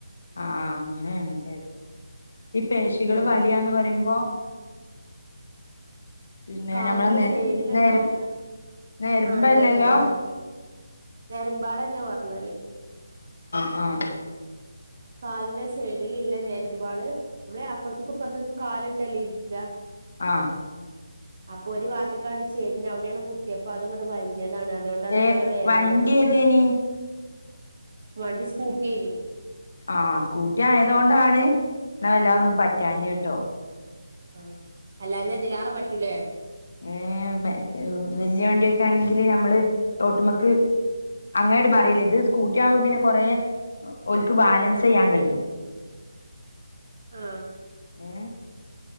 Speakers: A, on the left; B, on the right.
A: ആ അങ്ങനെണ് ല്ലേ ഈ പേശികള്
B: ഉം
A: വലിയാന്ന് പറയുമ്പോ പിന്നെ
B: കാലിന്റെ
A: ഞമ്മളെ നെ
B: സൈഡിലു
A: നേര
B: ണ്ടാവും
A: നെരമ്പല്ലല്ലോ
B: ആ ഞരുമ്പാള് നെരമ്പാളല്ല പറഞ്ഞല്
A: ആ ആ
B: കാലിന്റെ സൈഡിൽ ഇല്ല നേരുമ്പാള് നമ്മളെ അപ്പുറത്തേക്കുപ്പുറത്തെക്കു കാലിട്ടല്ലേ ഇരിക്ക
A: ആ
B: അപ്പൊ ഒരു വാത്ത്ക്കാണ്ട് ചെരിഞ്ഞ് അവിടെങ്ങട്ട് കുത്തിയപ്പോ അതങ്ങട്ട് വലിഞ്ഞ <inaudible> അതാണ് അതോണ്ടാണ്
A: ഏ
B: ഇത്ര വേദന
A: വണ്ടി ഏതേനി
B: വണ്ടി സ്കൂട്ടിയേനി
A: ആ സ്കൂട്ടി ആയതോണ്ടാണ് എന്ന എല്ലാം ഒന്നും പറ്റാഞ്ഞ കട്ടോ
B: ആ അല്ലാഞാ ഇതിലാറ പറ്റൂലേ
A: ഏ വ വല്ല്യാ വണ്ടിയൊക്കെ ആണെങ്കില് നമ്മള് റോട്ട്മക്ക് അങ്ങനട്ട് മറിയല്ലേ ഇത് സ്കൂട്ടി ആവുമ്പോ പിന്നെ കൊറേ ഓല്ക്ക് ബാലൻസ് ചെയ്യാൻ കഴിയും <inaudible>
B: ആ
A: ഏ